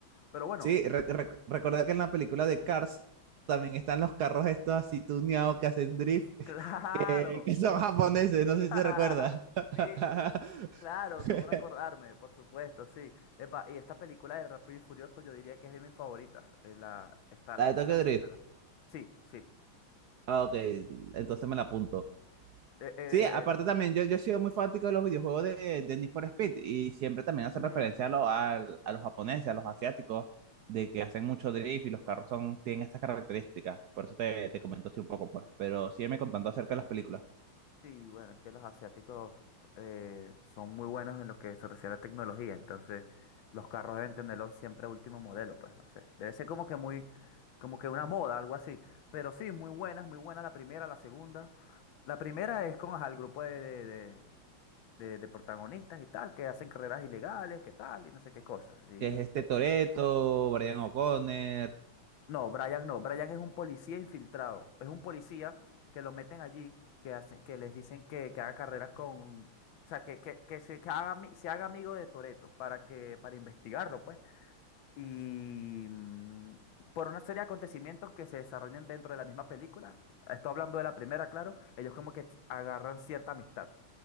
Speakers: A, on the left; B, on the right.
A: Pero bueno,
B: Sí, re- re- recordar que en la película de
A: Ujú.
B: Cars también están los carros estos así tuneados que hacen drift, <laughs>
A: claro.
B: que, que son japoneses, no sé si
A: <laughs>
B: se recuerda. <laughs>
A: Sí, Claro, cómo no acordarme, por supuesto, sí. Epa, y esta película de Rápido y Furioso yo diría que es de mis favoritas. eh, la, está la,
B: La de
A: la
B: Tokyo
A: tercera.
B: Drift.
A: Sí, sí.
B: Ah, Ok, entonces me la apunto.
A: Eh, eh,
B: Sí, aparte también, yo, yo he sido muy fanático de los videojuegos de, de Need for Speed y siempre también hace
A: ujú,
B: referencia a, lo- al- a los japoneses, a los asiáticos, de que hacen mucho drift y los carros son, tienen estas características. Por eso te, te comento así un poco, pues. Pero sígueme contando acerca de las películas.
A: Sí, bueno, es que los asiáticos eh, son muy buenos en lo que se refiere a tecnología, entonces los carros deben tenerlo siempre a último modelo, pues no sé. Debe ser como que muy, como que una moda, algo así. Pero sí, muy buenas, muy buena la primera, la segunda. La primera es con ajá, el grupo de, de, de, de protagonistas y tal, que hacen carreras ilegales, que tal, y no sé qué cosa. Y
B: Que es este
A: eh,
B: Toretto, Brian O'Connor.
A: no, Brian no, Brian es un policía infiltrado, es un policía que lo meten allí, que hacen, que les dicen que, que haga carreras con, o sea, que, que, que se, que haga, ami- se haga amigo de Toretto para que, para investigarlo, pues. Y mm, por una serie de acontecimientos que se desarrollan dentro de la misma película, estoy hablando de la primera, claro, ellos como que si, agarran cierta amistad.